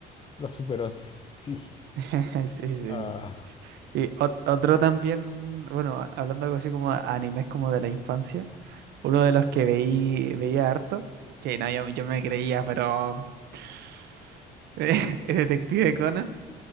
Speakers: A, on the left (about 30°); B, on the right (about 75°).
A: La Super 11, <laughs> sí.
B: <laughs> Sí, sí, sí.
A: Ah,
B: Y ot- otro también, bueno, a- hablando algo así como a- animes como de la infancia, uno de los que veí, veía harto, que no, yo, yo me creía, pero <laughs> eh, el detective Conan.